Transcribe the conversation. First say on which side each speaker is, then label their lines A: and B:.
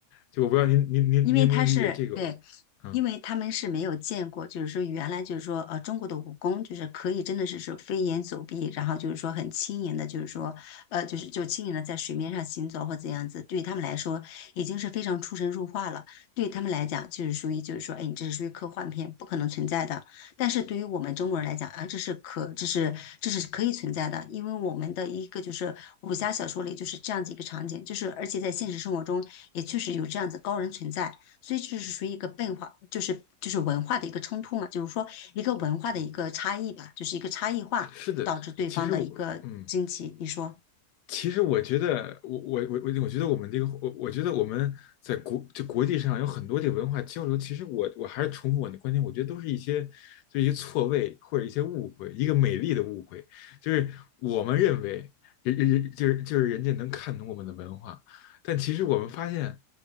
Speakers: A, on the left; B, on the left.
A: 就我不知道您您您您能不能理解这个？
B: 因为他是对，
A: 嗯，
B: 因为他们是没有见过，就是说原来就是说呃中国的武功就是可以真的是是飞檐走壁，然后就是说很轻盈的，就是说呃就是就轻盈的在水面上行走或怎样子，对于他们来说已经是非常出神入化了。对于他们来讲，就是属于就是说，哎，你这是属于科幻片，不可能存在的。但是对于我们中国人来讲啊，这是可这是这是可以存在的，因为我们的一个就是武侠小说里就是这样子一个场景，就是而且在现实生活中也确实有这样子高人存在。所以这是属于一个变化，就是就是文化的一个冲突嘛，就是说一个文化的一个差异吧，就是一个差异化导致对方的一个惊奇。
A: 是的，其实我嗯，
B: 你说，
A: 其实我觉得，我我我我我觉得我们这个，我我觉得我们在国就国际上有很多这个文化交流。其实我我还是重复我的观点，我觉得都是一些就一些错位或者一些误会，一个美丽的误会，就是我们认为人人人就是就是人家能看懂我们的文化，但其实我们发现